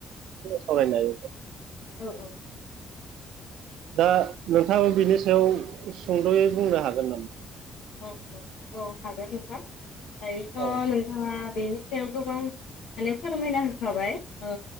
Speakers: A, on the right; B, on the left.
A: सावरायनो हायो।
B: औ औ औ
A: दा नोंथाङाबो बिनि सायाव सुंद'यै बुंनो हागोन नामा?
B: औ औ औ हागोन नोंथां। दायोथ'
A: औ
B: नों ओ बेनि सायाव गोबांआनो फोरमायना होखाबाय। ओ